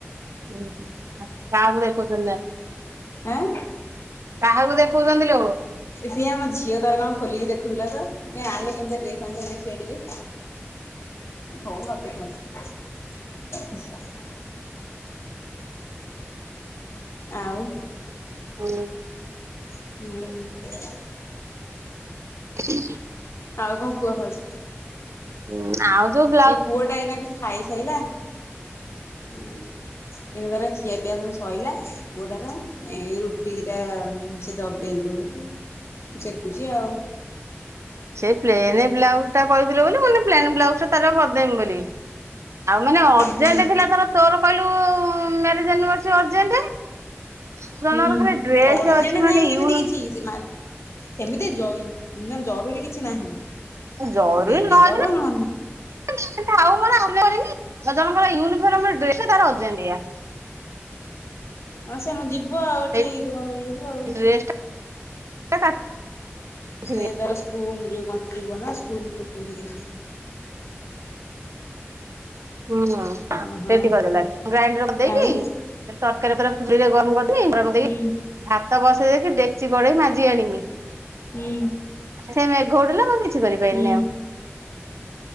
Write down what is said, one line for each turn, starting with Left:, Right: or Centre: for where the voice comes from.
Right: ଉଁ ହୁଁ ଆଁ କାହାକୁ ଦେଖିଉଚନ୍ତି।
Left: ଏଁ
Right: କାହାକୁ ଦେଖଉଚନ୍ତି ଲୋ?
Left: ସିଏ ଆମ ଝିଅ ତାର କଣ ଖୋଲିକି ଦେଖୁଥିଲା ତ। ମୁଁ କହିନି ଆଇଏ କେମିତିଆ ଡ୍ରେସ୍ ଆଣିଚନ୍ତି ଦେଖିଆ ଟିକେ। ହଉ ନ ଦେଖୁଅନ୍ତୁ। ହ <unintelligible> ଆଉ
Right: ହ୍ୟାଲୋ
Left: ହୁଁ
Right: ହ <unintelligible>
Left: ଆଉ କଣ କୁହ ଭାଉଜ?
Right: ହୁଁ ଆଉ ଯୋଉ ବି
Left: ଏ ପୁଅ ଟା ଏଇନା କେ ଖାଇ ସାଇଲା। ହୁଁ ଏଇନା ତାର ଖିଆ ପିଆ ସବୁ ସଇଲା ପୁଅ ଟାର ଏ ରୁ। ଦିଟା ସେ ଦ ବେଲ ଦଉଛନ୍ତି ମୁଁ ସେକୁଛି ଆଉ।
Right: ସେ ପ୍ଲେନ୍ ବ୍ଲାଉଜ ଟା କହିଥିଲେ ବୋଲି ମୁଁ କହିଲି ପ୍ଲେନ୍ ବ୍ଲାଉଜ ଟା ତାର କରିଦେମି ବୋଲି। ଆଉ ମାନେ ଅର୍ଜେଣ୍ଟ
Left: ହୁଁ
Right: ଥିଲା ଧର ତୋର କହିଲୁ ମ୍ୟାରେଜ ଆନିଭର୍ରଶରି ଅରଜେଣ୍ଟ। ଆଉ
Left: ହୁଁ
Right: ଜଣଙ୍କର ଡ୍ରେସ୍
Left: ଅର୍ଜେଣ୍ଟ
Right: ଅଛି
Left: ନାହିଁ
Right: ମାନେ ୟୁ।
Left: ସେମିତି ମାଲ ସେମିତି ଜୟି ମାନେ ଜରୁରୀ କିଛି ନାହିଁ।
Right: ଜରୁରୀ
Left: ଦେନେ
Right: ନ ହେଇଥିଲେ।
Left: ଦବ ନହେଲେ
Right: ଆଉ ମାନେ ଆଉ କରିବି ଜଣଙ୍କର ୟୁନିଫର୍ମ ଡ୍ରେସ ଟା ଅରଜେଣ୍ଟିଆ।
Left: ଆଁ ସେମ୍ ଯିବ ଆଉ ଏଠି
Right: ସେଇ
Left: ଜୋନ ଇଏକୁ ଆଉ।
Right: ଡ୍ରେସ ଟା କାଟିଥିଲି।
Left: ସେ ତାର ସ୍କୁଲ ଯୋଉ କନ୍ତ୍ରୀ ବନା ସ୍କୁଲକୁ ପିନ୍ଧିକିନା।
Right: ହୁଁ ହୁଁ
Left: ଓହୋ।
Right: ରେଧି କରିଦେଲାନି ଗ୍ରାଇଣ୍ଡର କରିଦେଇକି।
Left: ଆଉ
Right: ତରକାରୀ ପରା ଚୁଲିରେ ଗରମ କରିଦେଇ ଗରମ କରି ଦେଇ।
Left: ହୁଁ
Right: ଭାତ ବସେଇ ଦେଇଛି ଡେକ୍ଚି, କଡେଇ ମାଜି ଆଣିମି।
Left: ହୁଁ।
Right: ସେ ମେଘ ଉଠେଇଲା ମୁଁ କିଛି କରିପାରିଲିନି
Left: ହୁଁ
Right: ଆଉ।